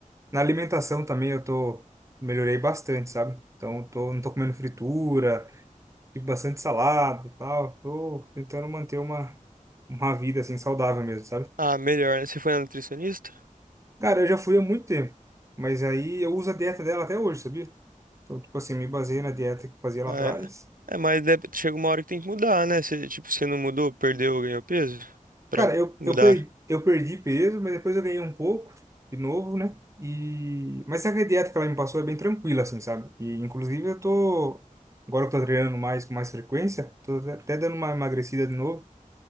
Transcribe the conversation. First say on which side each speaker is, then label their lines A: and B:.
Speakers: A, on the right; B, on the right.
A: Na alimentação também eu tô. Melhorei bastante, sabe? Então, eu tô, não tô comendo fritura. tipo bastante salada e tal. Tô tentando manter uma, uma vida assim saudável mesmo, sabe?
B: Ah, melhor, né? Você foi na nutricionista?
A: Cara, eu já fui há muito tempo, mas aí eu uso a dieta dela até hoje, sabia? Então, tipo assim, me baseei na dieta que eu fazia lá
B: Ah,
A: atrás.
B: É, é mas deve- chega uma hora que tem que mudar, né? Se, tipo, você não mudou, perdeu, ganhou peso? Pra
A: Cara, eu,
B: mudar.
A: eu perdi, eu perdi peso, mas depois eu ganhei um pouco, de novo, né? E... Mas sabe que a dieta que ela me passou é bem tranquila, assim, sabe? E, inclusive, eu tô... Agora que eu tô treinando mais, com mais frequência, tô até até dando uma emagrecida de novo.